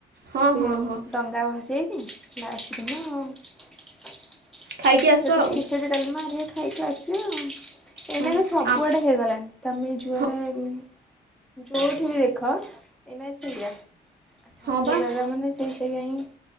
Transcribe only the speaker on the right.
ହଁ
ହଁ ହଁ
ଖାଇକି ଆସ
ଆଉ
ହଁ
ଆ
ହଁ
ହଁ ବା